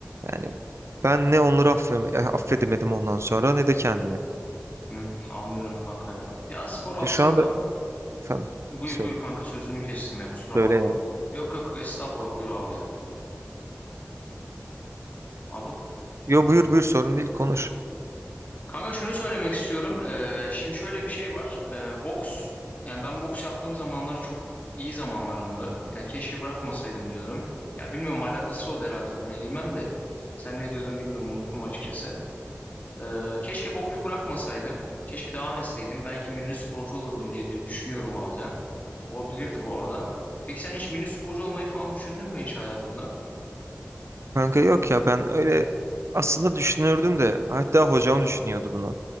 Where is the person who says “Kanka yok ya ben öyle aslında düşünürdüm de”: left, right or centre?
Right